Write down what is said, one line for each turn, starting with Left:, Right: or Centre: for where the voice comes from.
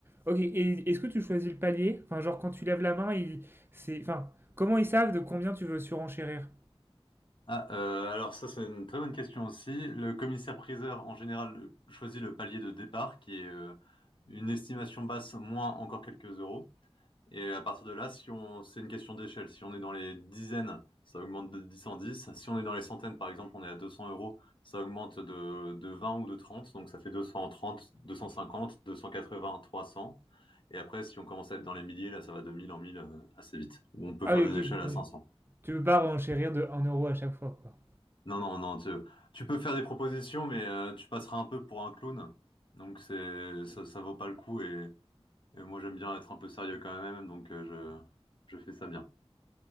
Right: Ok, et est-ce que tu choisis le palier? Enfin, genre quand tu lèves la main, ils, c'est, enfin, comment ils savent de combien tu veux surenchérir?
Left: Ah, euh, alors ça, c'est une très bonne question aussi. Le commissaire-priseur, en général, choisit le palier de départ, qui est euh, une estimation basse moins encore quelques euros. Et à partir de là, si on, c'est une question d'échelle. Si on est dans les dizaines, ça augmente de 10 en 10. Si on est dans les centaines, par exemple, on est à 200 euros, ça augmente de, de 20 ou de 30. Donc ça fait 230, 250, 280, 300. Et après, si on commence à être dans les milliers, là, ça va de 1000 en 1000 euh, assez vite. Ou on peut
Right: Ah
Left: faire
Right: oui,
Left: des
Right: ok,
Left: échelles à
Right: donc
Left: 500.
Right: tu veux pas renchérir de un euro à chaque fois, quoi.
Left: Non, non, non, tu, tu peux faire des propositions, mais euh, tu passeras un peu pour un clown. Donc c'est ça, ça vaut pas le coup et, et moi j'aime bien être un peu sérieux quand même, donc euh, je, je fais ça bien.